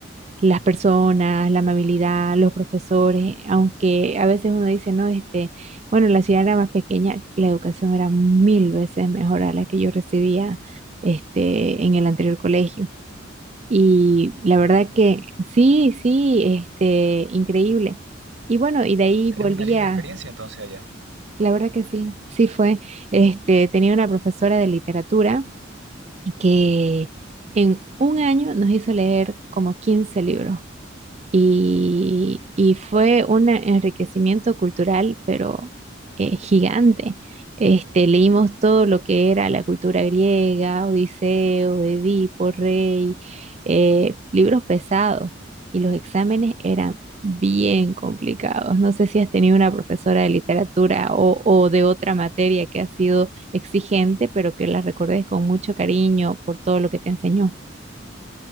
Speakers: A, on the right; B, on the right.
A: las personas, la amabilidad, los profesores, aunque a veces uno dice, no, este, bueno, la ciudad era más pequeña, la educación era mil veces mejor a la que yo recibía, este, en el anterior colegio. Y la
B: Ah,
A: verdad
B: mira.
A: que sí, sí, este, increíble. Y bueno, y de ahí
B: ¿Tenés
A: volví
B: una linda
A: a,
B: experiencia entonces allá?
A: la verdad que sí, sí fue, este, tenía una profesora de literatura que en un año nos hizo leer como 15 libros y, y
B: no.
A: fue un enriquecimiento cultural, pero eh, gigante. Este, leímos todo lo que era la cultura griega, Odiseo, Edipo, Rey, eh, libros pesados, y los exámenes eran bien complicados. No sé si has tenido una profesora de literatura o, o de otra materia que ha sido exigente, pero que la recordes con mucho cariño por todo lo que te enseñó.